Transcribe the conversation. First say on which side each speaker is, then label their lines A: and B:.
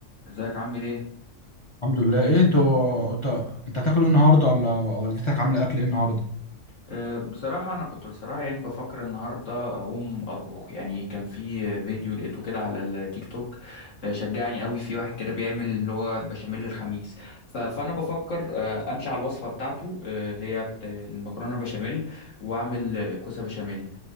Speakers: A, on the left (about 80°); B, on the left (about 35°).
A: ازيك عامل ايه
B: الحمد لله ايه انتوا انت انت هتاكل ايه النهارده ولا والدتك عامله اكل ايه النهارده
A: أه بصراحة أنا كنت بصراحة يعني بفكر النهاردة أقوم أطبخ يعني كان في فيديو لقيته كده على التيك توك آه، شجعني قوي في واحد كده بيعمل اللي هو بشاميل الخميس ف- فأنا بفكر آه، أمشي على الوصفة بتاعته آه، اللي هي بت- المكرونة بشاميل وأعمل كوسة بشاميل